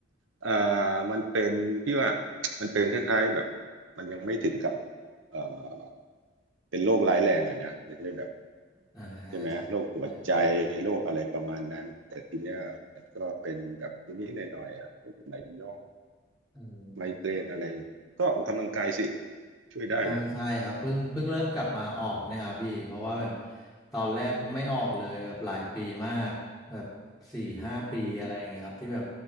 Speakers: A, on the right (about 70°); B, in the centre.
A: เอ่อมันเป็นพี่ว่า <tsk> มันเป็นคล้ายๆแบบมันยังไม่ถึงกับเอ่อเป็นโรคร้ายแรงอ่ะนะไม่ได้แบบ
B: อ่าใช่ใช่
A: ใช่ไหมโรคหัวใจโรคอะไรประมาณนั้นแต่ทีเนี้ยมันก็เป็นแบบนิดๆหน่อยๆอ่ะปวดไหล่ย้อน
B: เออ
A: ไมเกรนอะไรก็ออกกำลังกายสิช่วยได้นะ
B: ใช่ใช่ครับเพิ่งเพิ่งเริ่มกลับมาออกเนี่ยครับพี่เพราะว่าแบบตอนแรกไม่ออกเลยแบบหลายปีมากแบบสี่ห้าปีอะไรอย่างเงี้ยครับที่แบบ
A: รู้